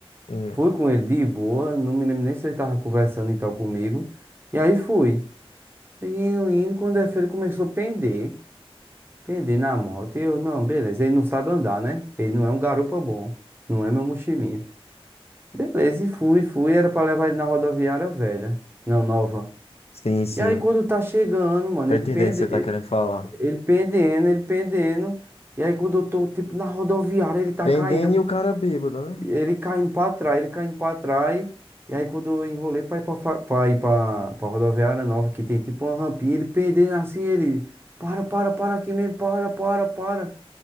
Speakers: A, on the left (about 85°); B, on the right (about 20°).
A: Hum.
B: fui com ele de boa, não me lembro nem se ele tava conversando e tal comigo. E aí fui. Indo, indo, quando é feio, ele começou a pender. Pender na moto. E eu, não, beleza. Ele não sabe andar, né? Ele não é um garupa bom. Não é meu mochilinha. Beleza, e fui, fui. Era pra levar ele na rodoviária velha. Não, nova.
A: Sim, sim.
B: E aí, quando tá chegando, mano,
A: Tô
B: ele
A: entendendo
B: pende,
A: o que você tá
B: ele
A: querendo falar.
B: ele pendendo, ele pendendo. E aí, quando eu tô, tipo, na rodoviária, ele tá
A: Pendendo
B: caindo.
A: e o cara bêbado, né?
B: Ele caindo pra trás, ele caindo pra trás. E aí quando eu enrolei pra ir pra, fa- pra, ir pra, pra rodoviária nova, que tem tipo uma rampinha, ele pendendo assim, ele. Para, para, para aqui mesmo, para, para, para.